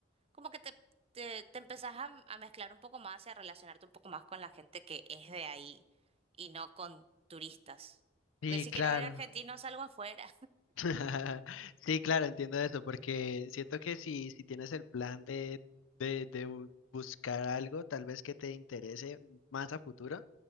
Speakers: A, on the right; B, on the left.
A: como que te, te, te empezás a, a mezclar un poco más y a relacionarte un poco más con la gente que es de ahí, y no con turistas.
B: Sí,
A: Porque si
B: claro.
A: quiero ver argentinos, salgo afuera.
B: <laughs> Sí, claro, entiendo eso, porque siento que si, si tienes el plan de, de, de bu- buscar algo, tal vez que te interese más a futuro,